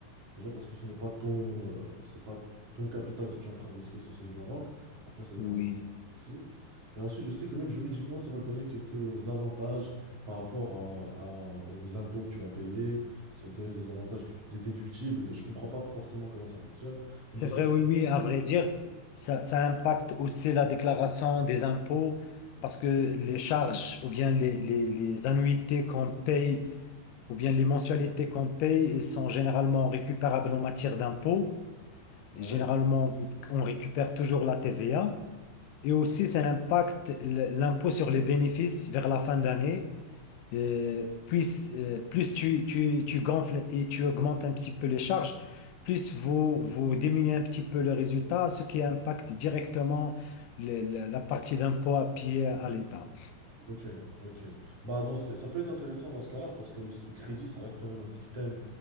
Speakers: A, on the right; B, on the left.
A: Déjà parce que ce n'est pas ton, euh, c'est pas ton capital que tu es en train de risquer, c'est celui de la banque. Après, ça dépend
B: oui.
A: des Mhm. clients aussi. Mais ensuite, je sais que même juridiquement, ça va te donner quelques avantages par rapport à- à- aux impôts que tu vas payer. Ça va te donner des avantages que tu- des déductibles. Je comprends pas forcément comment ça fonctionne, mais
B: C'est
A: je sais
B: vrai,
A: que...
B: oui, oui, à vrai dire, ça, ça impacte aussi la déclaration des impôts parce que les charges ou bien les, les, les annuités qu'on paye ou bien les mensualités qu'on paye elles sont généralement récupérables en matière d'impôts.
A: Oui.
B: Et Généralement, on récupère toujours la TVA. Et aussi, ça impacte le- l'impôt sur les bénéfices vers la fin d'année. Euh, plus euh, plus tu, tu, tu gonfles et tu augmentes un petit peu les charges, plus vous, vous diminuez un petit peu le résultat, ce qui impacte directement le- le- la partie d'impôt à payer à l'État.
A: Ok, ok. Bah, dans ce cas- ça peut être intéressant dans ce cas-là, parce que le, le crédit, ça reste quand même un système